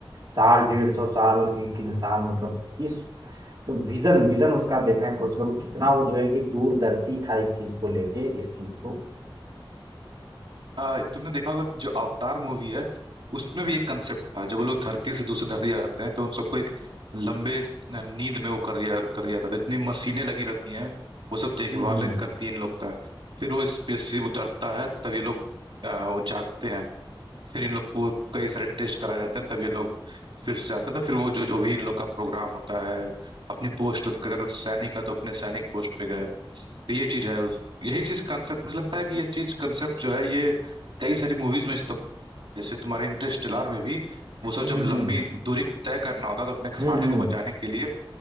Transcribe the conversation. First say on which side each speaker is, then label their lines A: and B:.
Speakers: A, on the right; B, on the right.
A: साल डेढ़ सौ साल एक इंसान मतलब इस तो विजन विजन उसका देखने की कोशिश करूँ कितना वो जो है कि दूरदर्शी था इस चीज को लेके इस चीज को
B: आ, तुमने देखा होगा कि जो अवतार मूवी है उसमें भी एक कंसेप्ट था जब वो लोग धरती से दूसरी धरती जाते हैं तो उन सबको एक लंबे नींद में वो कर दिया कर दिया था तो इतनी मशीनें लगी रहती हैं वो सब देखभाल
A: हम्म
B: करती है इन लोग का फिर वो स्पेसशिप उतरता है तब ये लोग आ, वो जागते हैं फिर इन लोग को कई सारे टेस्ट कराए जाते हैं तब ये लोग फिर से आते हैं तो फिर वो जो जो भी इन लोग का प्रोग्राम होता है अपनी पोस्ट अगर सैनिक है तो अपने सैनिक पोस्ट पे गए तो ये चीज है उस- यही चीज कंसेप्ट मुझे लगता है कि ये चीज कंसेप्ट जो है ये कई सारी मूवीज में इस्तेमाल जैसे तुम्हारे इंटरस्टेलर में भी वो सब
A: हम्म
B: जब लंबी
A: हम्म
B: दूरी तय करना होता है तो अपने खाने
A: हम्म हम्म।
B: को बचाने के लिए